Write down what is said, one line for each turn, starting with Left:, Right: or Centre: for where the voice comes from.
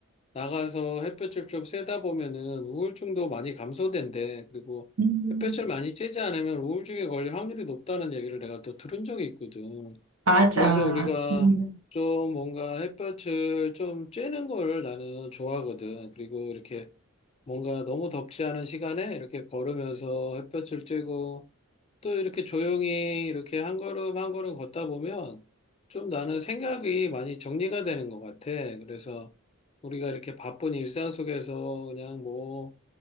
Left: 나가서 햇볕을 좀 쐬다 보면은 우울증도 많이 감소된대. 그리고
Right: 음,
Left: 햇볕을 많이 쬐지 않으면 우울증에 걸릴 확률이 높다는 얘기를 내가 또 들은 적이 있거든.
Right: 맞아.
Left: 그래서 우리가
Right: 음,
Left: 좀 뭔가 햇볕을 좀 쬐는 거를 나는 좋아하거든. 그리고 이렇게 뭔가 너무 덥지 않은 시간에 이렇게 걸으면서 햇볕을 쬐고 또 이렇게 조용히 이렇게 한 걸음 한 걸음 걷다 보면 좀 나는 생각이 많이 정리가 되는 것 같아. 그래서 우리가 이렇게 바쁜 일상 속에서 그냥 뭐